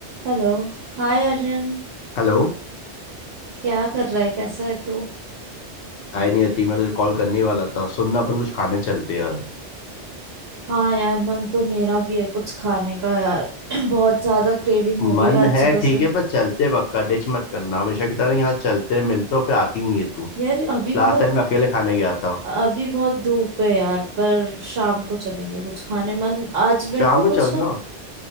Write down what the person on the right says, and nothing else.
Hello Hi Arjun
क्या कर रहा है कैसा है तू
हाँ यार मन तो मेरा भी है कुछ खाने का यार <clears throat> बहुत ज्यादा क्रेविंग हो रही
है आज
सुबह
से
यार अभी
बहुत
अभी बहुत धूप है यार पर शाम को चलेंगे कुछ खाने मन आज मेरे
को
कुछ
ना